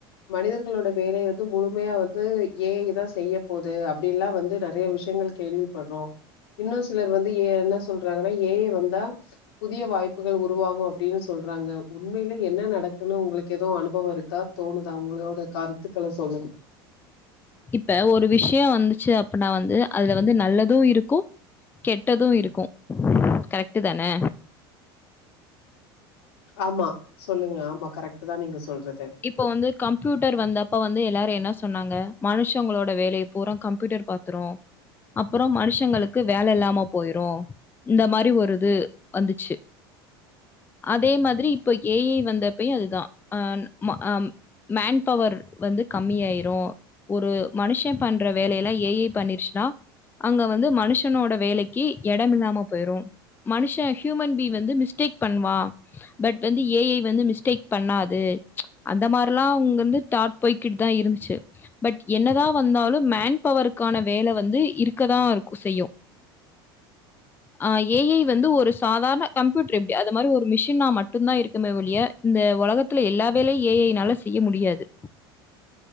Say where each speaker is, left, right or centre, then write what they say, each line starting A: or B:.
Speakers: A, on the left (about 80°); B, on the left (about 15°).
A: மனிதர்களோட வேலைய வந்து முழுமையா வந்து ஏ ஐ தா செய்யப் போது அப்டின்லா வந்து நெறைய விஷயங்கள் கேள்விப்பட்றோ இன்னு சிலர் வந்து ஏ என்ன சொல்றாங்கன்னா ஏ ஐ வந்தா புதிய வாய்ப்புகள் உருவாகு அப்டின்னு சொல்றாங்க உண்மையில என்ன நடக்குன்னு உங்களுக்கு எதுவு அனுப் இப்ப ஒருக்கா தோணுதா உங்களோட கருத்துக்கள சொல்லன்
B: இப்ப ஒரு விஷயோம் வந்துச்சு அப்பனா வந்து அதுல வந்து நல்லது இருக்கு கெட்டது இருக்கு கரெக்டு தானே
A: ஆமா சொல்லுங்க ஆமா கரெக்ட்டு தா நீங்க சொல்றது
B: இப்போ வந்து கம்ப்யூட்டர் வந்தப்ப வந்து எல்லாரு என்ன சொன்னாங்க மனுஷங்களோட வேலய பூரா கம்ப்யூட்டர் பாத்துரு அப்புற மனுஷங்களுக்கு வேல இல்லாம போயிரு இந்த மாரி ஒரு இது வந்துச்சு அதே மாதிரி இப்ப ஏ ஐ வந்தப்பயு அதுதா அ ம அம் மேன் பவர் வந்து கம்மியாய்ரு ஒரு மனுஷ பண்ற வேலையெல்லா ஏ ஐ பண்ணிர்ச்சுன்னா அங்க வந்து மனுஷனோட வேலைக்கி எடமில்லாம போயிரு மனுஷ ஹியூமன் பீ் வந்து மிஸ்டேக் பண்ணுவா பட் வந்து ஏ ஐ வந்து மிஸ்டேக் பண்ணாது அந்த மாரி எல்லா அவுங்க வந்து தாட் போய்கிட்டு தா இருந்துச்சு பட் என்னதா வந்தாலு மேன் பவருக்கான வேல வந்து இருக்கதா இருக்க செய்யு ஆ ஏ ஐ வந்து ஒரு சாதாரண கம்ப்யூட்டர் எப்டி அது மாரி ஒரு மிஷினா மட்டும்தா இருக்குமே ஒழிய இந்த உலகத்துல எல்ல வேலையு ஏஐ னால செய்ய முடியாது